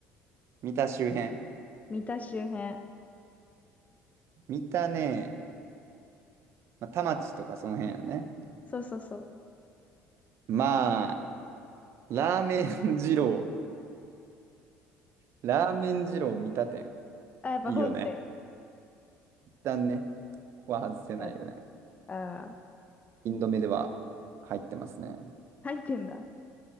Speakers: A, on the right; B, on the left.
A: 見た周辺。
B: 三田周辺。
A: 見たね。まあ、田町とかその辺やね。
B: そうそうそう。
A: まあ、ラーメン二郎。ラーメン二郎見た店。
B: あ、やっぱ本店。
A: いいよね。一旦ね。ここは外せないよね。
B: だって、ああ、
A: インド目では入ってますね。
B: 入ってんだ。さ